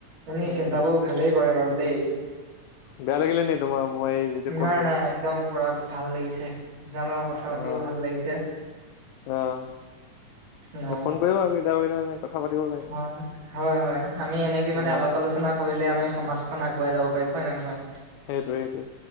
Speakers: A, on the right; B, on the left.
A: এমি
B: উম,
A: চিন্তাবোৰ ভালেই কৰে বাৰু দেই
B: বেয়া লাগিলে নি তোমাৰ মই এই যিটো ক'লো
A: নাই নাই
B: যে
A: একদম পুৰা ভাল লাগিছে। আপোনালোকক কথা পাতিও
B: অ',
A: ভাল লাগিছে
B: অ'।
A: অ
B: ফোন কৰিবা আকৌ কেতিয়াবা কেতিয়াবা কথা পাতিব লাগে
A: হয়, হয়, হয় আমি এনেকে মানে
B: অ',
A: আলপ আলোচনা কৰিলে আমি সমাজ খান আগুৱাই যাব পাৰি হয় নে নহয়
B: সেইটোৱে সেইটোৱে।